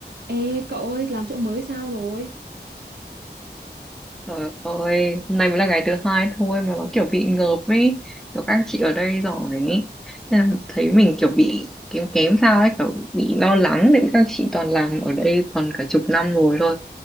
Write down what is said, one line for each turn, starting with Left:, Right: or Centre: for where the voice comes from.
Right: Ê cậu ơi làm chỗ mới sao rồi
Centre: Trời ơi, hôm nay mới là ngày thứ hai thôi mà nó kiểu bị ngợp ấy, kiểu các chị ở đây giỏi ấy. Nên là thấy mình kiểu bị kém kém sao ấy, kiểu bị lo lắng đấy các chị toàn làm ở đây toàn cả chục năm rồi thôi.